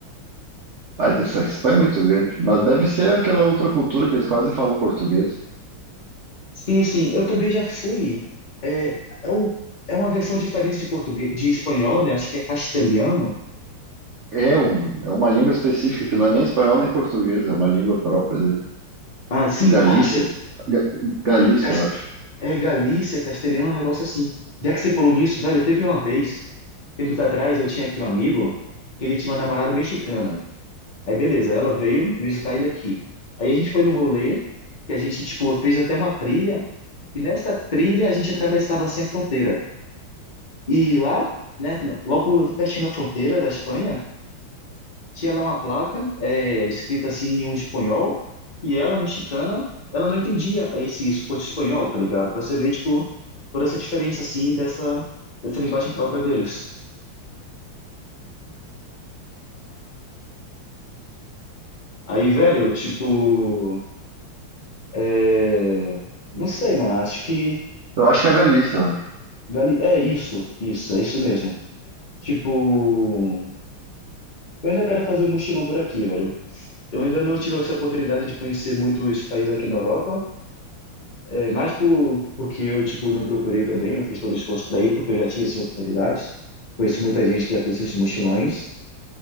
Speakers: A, on the right (about 80°); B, on the left (about 85°).
A: Ah, essa Espanha é muito grande. Mas deve ser aquela outra cultura que eles quase falam português.
B: Sim, sim, eu também já fui. É, é, o, é uma versão diferente de português, de espanhol, né? Acho que é castelhano.
A: É, um, é uma língua específica que não é nem espanhol nem português, é uma língua própria dele.
B: Ah, sim,
A: A Galícia.
B: ah, você,
A: Ga- Galícia,
B: cas-
A: eu acho.
B: é Galícia, castelhano, um negócio assim. Já que você falou nisso, velho, teve uma vez, tempos atrás, eu tinha aqui um amigo que ele tinha uma namorada mexicana. Aí, beleza, ela veio visitar ele aqui. Aí a gente foi num rolê, que a gente, tipo, fez até uma trilha, e nessa trilha a gente atravessava, assim, a fronteira. E lá, né, logo pertinho da fronteira da Espanha, tinha lá uma placa é, escrita assim em um espanhol e ela, mexicana, ela não entendia esse suposto espanhol, tá ligado? Pra você ver, tipo, toda essa diferença, assim, dessa, dessa linguagem própria deles. Aí, velho, tipo, é, não sei, mano, acho que
A: Eu acho que é a Galícia, eu acho.
B: Gali- é isso, isso, é isso mesmo. Tipo, eu ainda quero fazer um mochilão por aqui, velho. Eu ainda não tive essa oportunidade de conhecer muitos países aqui na Europa, É mais por, porque eu, tipo, não procurei também, não fiz todo o esforço para ir, porque eu já tive, assim, oportunidades. Conheço muita gente que já fez esses mochilões,